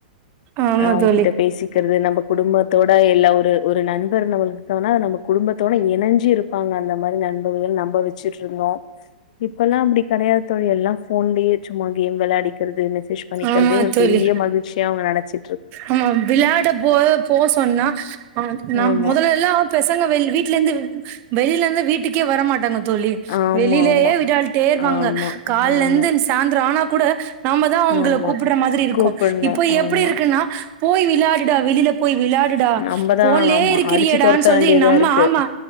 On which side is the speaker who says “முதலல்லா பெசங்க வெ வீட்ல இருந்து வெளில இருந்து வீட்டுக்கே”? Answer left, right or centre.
Right